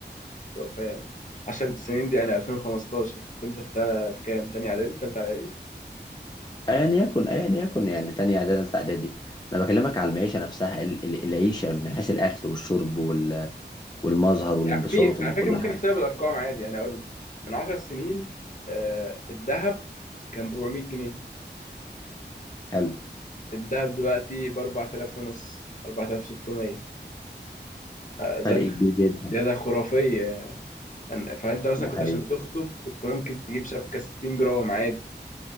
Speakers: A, on the left; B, on the left.
A: مش تبقى فاهم 10 سنين دي يعني 2015 كنت انت في تا- في كام تاني اعدادي تالتة اعدادي
B: ايا يكن ايا يكن يعني تانية اعدادي تالتة اعدادي انا بكلمك على المعيشه نفسها ال- ال- العيشه من حيث الاكل والشرب وال- والمظهر والانبساط
A: يعني في
B: ومن
A: على
B: كل
A: فكره ممكن
B: حاجه
A: نحسبها بالارقام عادي يعني اقول لك من 10 سنين آه، الذهب كان ب 400 جنيه
B: حلو
A: الذهب دلوقتي ب 4000 ونص 4600 زاد
B: فرق كبير جدا
A: زياده خرافيه يعني فانت مثلا
B: ده
A: كنت
B: حقيقة
A: عشان تخطب كنت ممكن تجيب شبكه 60 جرام عادي